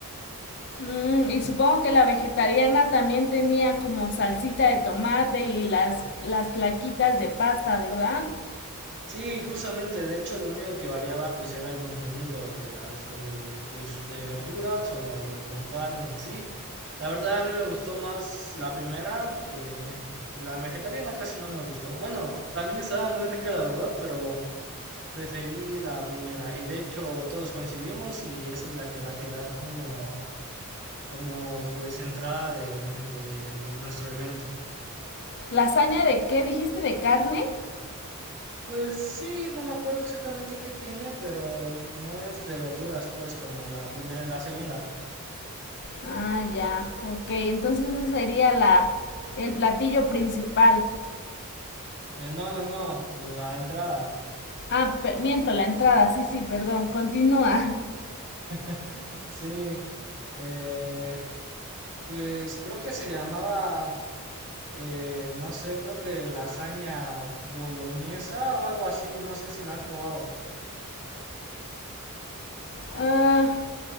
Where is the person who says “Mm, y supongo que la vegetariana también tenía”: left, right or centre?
Left